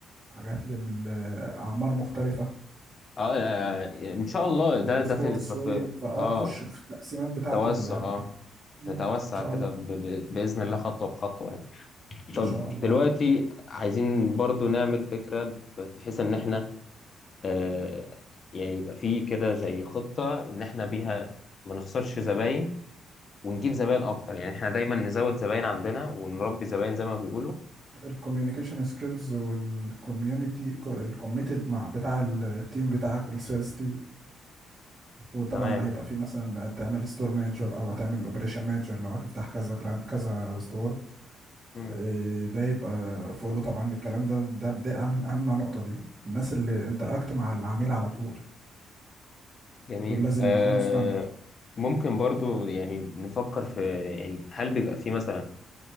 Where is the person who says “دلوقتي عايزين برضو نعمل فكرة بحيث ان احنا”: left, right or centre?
Left